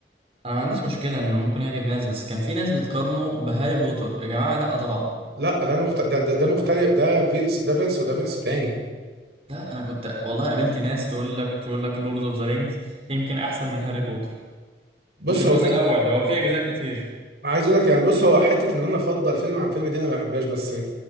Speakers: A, on the right; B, on the right.
A: انا ما عنديش مشكله انه ممكن يعجب ناس بس كان في ناس بتقارنه بهاري بوتر يا جماعه لا طبعا
B: لا ده مخت... ده ده, ده مختلف ده فيرس ده فيرس وده فيرس تاني
A: لا انا كنت والله قابلت ناس تقول لك تقول لك لورد اوف ذا رينجز يمكن احسن من هاري بوتر
B: بص
A: مش الجزء
B: هو بقى-
A: الاول اللي هو فيه اجزاء كتير
B: عايز اقول لك يعني بص هو حته ان انا افضل فيلم عن فيلم دي انا ما بحبهاش بس د-